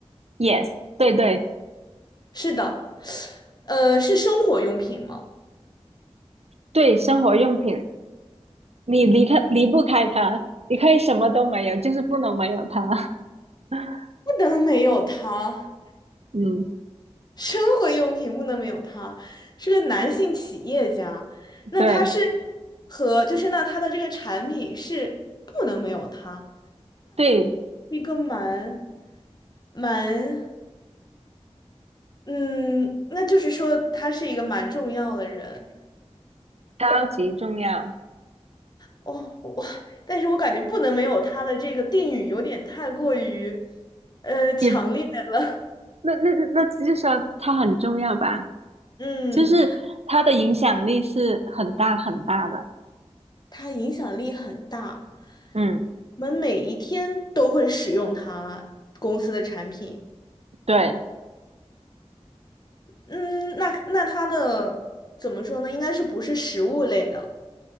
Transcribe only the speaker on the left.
是的，呃，是生活用品吗？
不能没有他。
生活用品不能没有他，是个男性企业家，那他是
<laughs> 和就是那他的这个产品是不能没有他，
一个蛮蛮嗯，那就是说他是一个蛮重要的人
哦，我但是我感觉不能没有他的这个定语有点太过于呃强烈了，
<laughs> 嗯，
他影响力很大，
我们每一天都会使用他公司的产品。
嗯，那那它的怎么说呢？应该是不是食物类的，